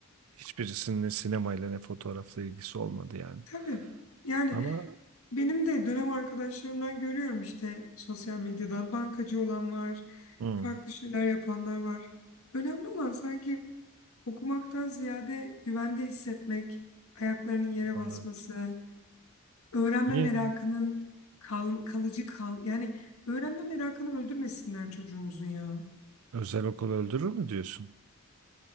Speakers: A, on the right; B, on the left.
A: Hiçbirisinin ne sinemayla ne fotoğrafla ilgisi olmadı yani.
B: Tabii. Yani
A: Ama
B: benim de dönem arkadaşlarımdan görüyorum işte sosyal medyadan bankacı olan var,
A: hmm.
B: farklı şeyler yapanlar var. Önemli olan sanki okumaktan ziyade güvende hissetmek, ayaklarının yere
A: Anladım.
B: basması, öğrenme
A: İyi.
B: merakının kal- kalıcı kal yani öğrenme merakını öldürmesinler çocuğumuzun ya.
A: Özel okul öldürür mü diyorsun?